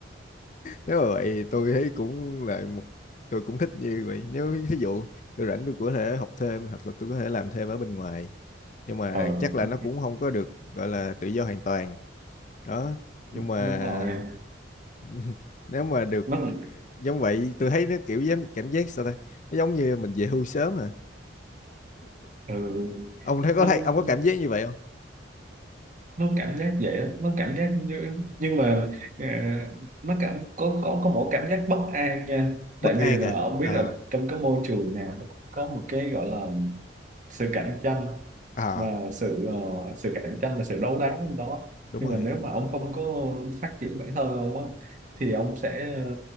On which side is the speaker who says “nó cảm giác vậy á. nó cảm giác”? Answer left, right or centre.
Right